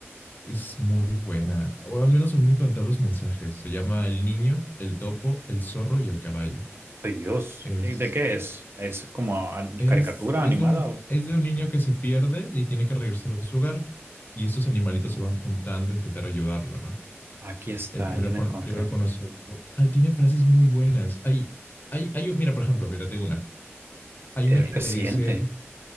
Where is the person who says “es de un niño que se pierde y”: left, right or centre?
Left